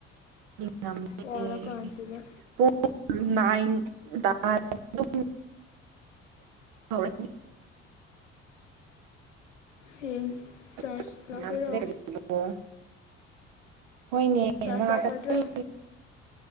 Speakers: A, on the right; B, on the left.
A: <unintelligible>
B: ꯋꯥꯔꯀꯥꯟꯁꯤꯗ
A: ꯅꯥꯏꯟ <unintelligible> ꯇꯨꯝ <unintelligible>
B: ꯍꯌꯦꯡ
A: <unintelligible>
B: ꯆꯔꯆ ꯂꯥꯛꯇꯣꯏꯔꯣ
A: ꯍꯣꯏꯅꯦ
B: ꯆꯔꯆ
A: ꯂꯥꯛꯀꯅꯤ
B: ꯂꯥꯛꯀꯗ꯭ꯔꯣ